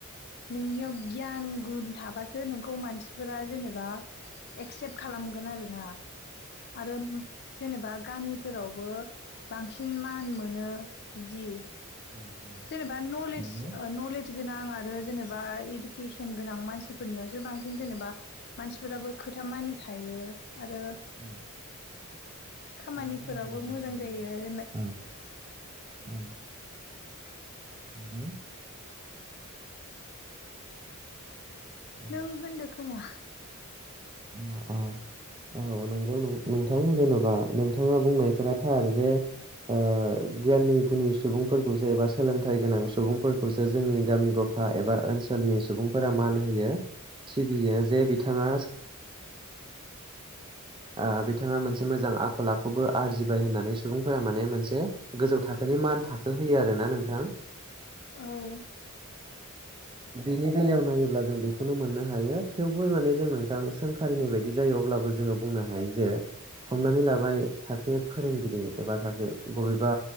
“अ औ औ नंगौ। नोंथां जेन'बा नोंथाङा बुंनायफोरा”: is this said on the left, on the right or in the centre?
Right